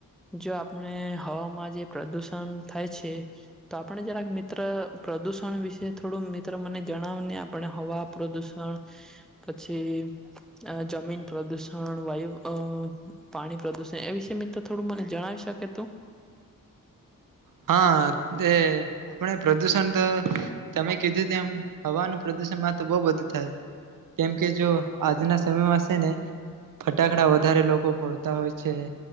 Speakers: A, in the centre; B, on the right.
A: જો આપણે હવામાં જે પ્રદુષણ થાય છે તો આપણે જરાક મિત્ર પ્રદુષણ વિશે થોડું મિત્ર મને જણાવ ને આપણે હવા પ્રદુષણ પછી જમીન. પ્રદુષણ વાયુ પાણી પ્રદુષણ એ વિષ મિત્ર થોડું મને જણાવી શકે તું.
B: હા. એ આપણે પ્રદુષણ તો તમે કીધું તેમ હવાનું પ્રદુષણ માં તો બહ બધું થાય કેમ કે જો આજના સમયમાં છે ને ફટાકડા વધારે લોકો ફોડતા હોય છે